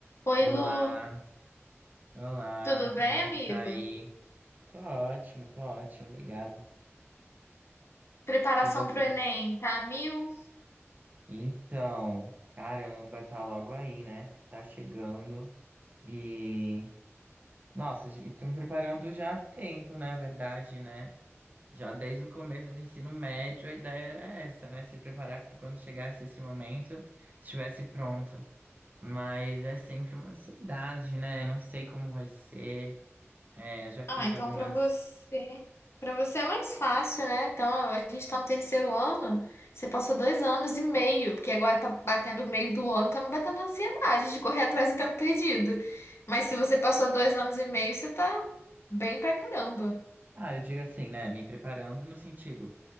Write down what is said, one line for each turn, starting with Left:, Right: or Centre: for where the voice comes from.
Left: Oi,
Right: Olá,
Left: Lu.
Right: olá,
Left: Tudo bem,
Right: como é
Left: amigo?
Right: que tá aí? Tô ótimo, tô ótimo, obrigado.
Left: Preparação
Right: E você?
Left: pro Enem, tá a mil?
Right: Então, caramba, tá logo aí, né? Tá chegando e. Nossa, gente, tô me preparando já há tempo, na verdade, né? Já desde o começo do ensino médio a ideia era essa, né? Se preparar para quando chegasse esse momento, estivesse pronto. Mas é sempre uma ansiedade, né? Não sei como vai ser. É, já fiz
Left: Ah, então
Right: algumas.
Left: pra você, para você é mais fácil, né? Então, a gente tá no terceiro ano, você passou dois anos e meio, porque agora tá batendo o meio do ano, tá me batendo ansiedade de correr atrás do tempo perdido. Mas se você passou dois anos e meio, você tá bem pra caramba.
Right: Ah, eu digo assim, né? Me preparando no sentido,